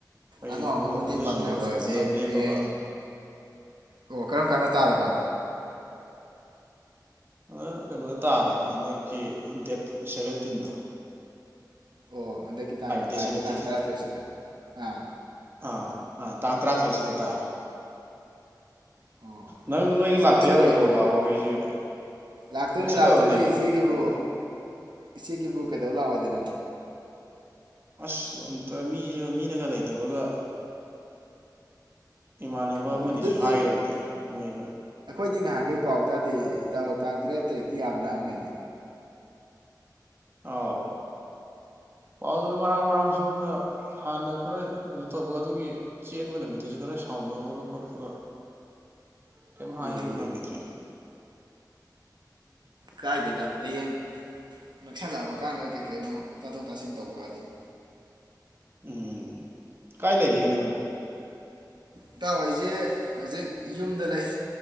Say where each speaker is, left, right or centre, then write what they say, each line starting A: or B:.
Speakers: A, on the right; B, on the right.
A: ꯑꯩꯈꯣꯏ
B: ꯑꯉꯥꯝ ꯑꯉꯝ
A: ꯂꯨꯍꯣꯡꯕꯗꯁꯨ
B: ꯃꯇꯦꯡ ꯄꯥꯡꯅꯕ ꯑꯖꯦ
A: ꯃꯇꯝ ꯂꯦꯞꯄꯕ
B: ꯍꯌꯦꯡ ꯑꯣ ꯀꯔꯝ ꯀꯥꯟꯗ ꯇꯥꯔꯕ
A: ꯍꯟꯗ ꯀꯩꯅꯣꯗ ꯇꯥꯔꯦ ꯍꯟꯗꯛꯀꯤ ꯗꯦꯠ ꯁꯚꯦꯟꯇꯤꯟꯗꯣ
B: ꯑꯣ ꯍꯟꯗꯛꯀꯤ ꯇꯥꯡ
A: ꯗꯦꯠ
B: ꯂꯥꯛꯏꯕ
A: ꯁꯚꯦꯟꯇꯤꯟꯁꯦ
B: ꯇꯥꯡ ꯇꯔꯥꯇꯔꯦꯠꯁꯤꯗ ꯑꯥ
A: ꯑꯥ ꯑꯥ ꯇꯥꯡ ꯇꯔꯥꯇꯔꯦꯠꯁꯤꯗ ꯇꯥꯔꯦ
B: ꯑꯣ
A: ꯅꯪꯗꯣ ꯅꯣꯏꯒ
B: ꯑꯁ
A: ꯂꯥꯛꯇ
B: ꯅꯛꯁꯜꯂꯛꯑꯦꯅꯦ
A: ꯌꯥꯔꯣꯏꯀꯣ ꯂꯥꯛꯑꯣ ꯅꯣꯏꯁꯤꯦ
B: ꯂꯥꯛꯇꯣꯏꯅꯦ
A: ꯅꯛꯁꯤꯜꯂꯛꯑꯕꯅꯤ
B: ꯂꯥꯛꯇꯣꯏꯅꯦ ꯏꯆꯦꯒꯤꯕꯨ
A: ꯀꯩꯅꯣ
B: ꯏꯆꯦꯒꯤꯕꯨ ꯀꯩꯗꯧ ꯂꯥꯛꯑꯣꯏꯗꯣꯏꯅꯣ
A: ꯑꯁ ꯑꯇ ꯃꯤ ꯁꯤꯕ ꯃꯤꯅꯒ ꯂꯩꯇꯕꯒ ꯏꯃꯥꯟꯅꯕ
B: ꯑꯣ
A: ꯑꯃꯅꯤꯁꯨ
B: ꯑꯗꯨꯗꯤ
A: ꯍꯥꯏꯒꯔꯕꯅꯦ ꯃꯣꯏꯁꯨ
B: ꯑꯩꯈꯣꯏꯗꯤ ꯉꯍꯥꯟꯉꯩ ꯄꯥꯎ ꯇꯥꯗꯦ ꯏꯇꯥꯎ ꯇꯥꯡ ꯇꯔꯦꯠ ꯇꯔꯦꯠꯇꯤ ꯌꯥꯝ ꯅꯛꯑꯝꯃꯦꯅꯦ
A: ꯑꯥꯎ ꯄꯥꯎꯗꯨ ꯃꯔꯥꯡ ꯃꯔꯥꯡ ꯁꯣꯝꯗ ꯍꯥꯟꯅ ꯈꯔ ꯀꯩꯅꯣ ꯇꯧꯕꯒ ꯑꯗꯨꯒꯤ ꯆꯦꯟꯕ ꯅꯨꯃꯤꯠꯇꯨꯁꯨ ꯈꯔ ꯁꯥꯎꯅꯕꯒ ꯈꯣꯠꯄꯒ ꯀꯩꯝ ꯍꯥꯏꯕ
B: ꯑꯦ ꯑꯦ
A: ꯅꯪꯒꯤꯗ꯭ꯔꯦ
B: ꯀꯥꯏꯗꯦꯗ ꯍꯌꯦꯡ ꯅꯛꯁꯜꯂꯛꯑꯕ ꯀꯥꯟꯗ ꯀꯩ ꯀꯩꯅꯣ ꯇꯥꯊꯣꯛ ꯇꯥꯁꯤꯟ ꯇꯧꯕ ꯑꯗꯨꯅꯤ
A: ꯎꯝ ꯀꯥꯏ ꯂꯩꯔꯤꯒꯦ ꯅꯪꯕꯨ
B: ꯏꯇꯥꯎ ꯑꯩꯖꯦ ꯍꯧꯖꯤꯛ ꯌꯨꯝꯗ ꯂꯩ